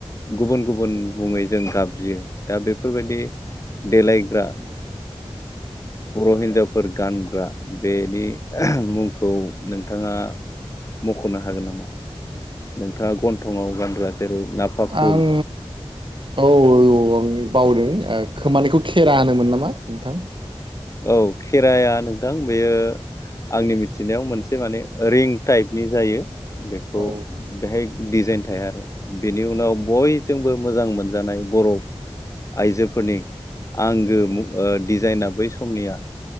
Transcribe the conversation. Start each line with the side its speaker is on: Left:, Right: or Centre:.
Left: गुबुन गुबुन मुङै जों गाबज्रियो दा बेफोरबायदि देलायग्रा बर' हिन्जावफोर गानग्रा बेनि मुंखौ नोंथाङा मख'नो हागोन नामा? नोंथाङा गन्थंआव गानग्रा जेरै नाफा कुल
Right: आं औ औ आं बावदों ओ खोमानिखौ खेरा होनोमोन नामा। नोंथां।
Left: औ खेराया नोंथां बेयो आंनि मिथिनायाव मोनसे माने रिं टाइपनि जायो। बेखौ
Right: औ
Left: बेहाय डिजाइन थाया आरो। बिनि उनाव
Right: नंगौ
Left: बयजोंबो मोजां मोनजानाय बरू आइजोफोरनि आंगो
Right: नंगौ
Left: मुं ओ डिजाइना <unintelligible> समनिया